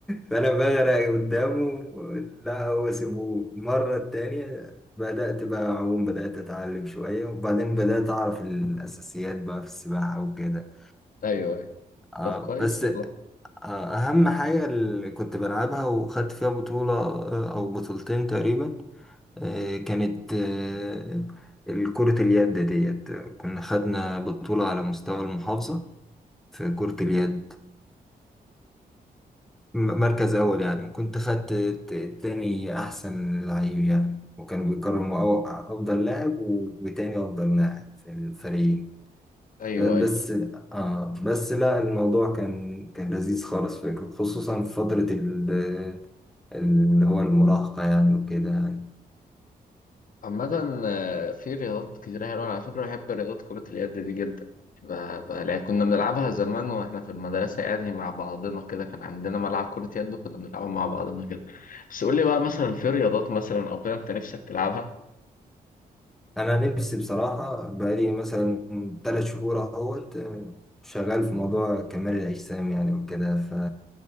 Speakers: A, in the centre; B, on the left (about 55°).
A: فأنا بغرق قدامه لا هو سيبوه المرة التانية بدأت بقى أعوم بدأت أتعلم شوية وبعدين بدأت أعرف الأساسيات بقى في السباحة وكده
B: ايوه ايوه
A: آه
B: طب كويس
A: بس
B: والله
A: آه أهم حاجة اللي كنت بلعبها وخدت فيها بطولة آه، أو بطولتين تقريبا آه كانت آه كرة اليد ديت كنا خدنا بطولة على مستوى المحافظة في كرة اليد ومركز أول يعني وكنت خدت ت- تاني أحسن لعيب يعني وكانوا بيكرموا أو- أفضل لاعب وتاني أفضل لاعب في الفريق
B: ايوه
A: آه، بس
B: ايوه
A: آه بس لا الموضوع كان كان لذيذ خالص فكرة خصوصا في فترة ال- اللي هو المراهقة يعني وكده يعني
B: عامة آه، في رياضات كتير حلوة على فكرة بحب رياضة كرة اليد دي جدا ب- ب- يعني كنا بنلعبها زمان واحنا في المدرسة يعني مع بعضنا كده كان عندنا ملعب كرة يد وكنا بنلعبها مع بعضنا كده بس قول لي بقى مثلا في رياضات مثلا أو كده أنت نفسك تلعبها؟
A: أنا نفسي بصراحة بقالي مثلا تلات شهور أهوت آه، شغال في موضوع كمال الأجسام يعني وكده ف